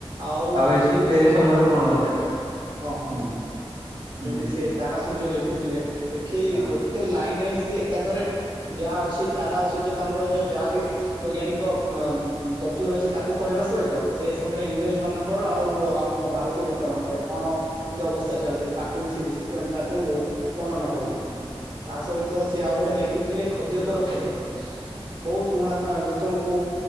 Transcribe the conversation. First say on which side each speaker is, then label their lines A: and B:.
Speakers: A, on the right (about 50°); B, on the right (about 75°).
A: ଆଉ
B: ଏ
A: ସେ ବି
B: ଏ
A: ସବୁ
B: ସମୟର
A: ଜିନିଷ
B: କଣ
A: ସବୁ
B: ଅଛି
A: ଜାଣିପାରିବ ହଁ
B: ହୁଁ
A: ଯେମିତି
B: ହୁଁ
A: ସି ଆ ସୂର୍ଯ୍ୟ ଲେଖିଥିଲେ ସେଠି
B: ହଁ।
A: ଗୋଟେ ଲାଇନ୍ ଏମିତି ଏକାଥରେ ଯାହା ଅଛି ତାରା ସୂର୍ଯ୍ୟ ତାଙ୍କର ଯୋଉ ଯାହା ବି ବୈଜ୍ଞାନିକ ତ୍ବ ଅ-ତତ୍ଵ ରହିଛି, ତାକୁ କହିବା ସହିତ ସେଇ ସମୟରେ ଇଂରେଜ ମାନଙ୍କର ଆଉ ଯୋଉ ଆମ ଭାରତ ତୀର ନେତାମାନଙ୍କର କଣ କେମିତି ଅବସ୍ଥା? ଚାଲ ତାକୁ ବି ସେ ଜନତାକୁ ବର୍ଣ୍ଣନା କରୁଥିଲେ ତା ସହିତ ସେ ଆଉ ଗୋଟେ ଲେଖିଥିଲେ ଖଦ୍ୟ ତର ଖେଦ। <inaudible> ବହୁତ ପୁରୁଣା ଗାଁ ଯେ ତମକୁ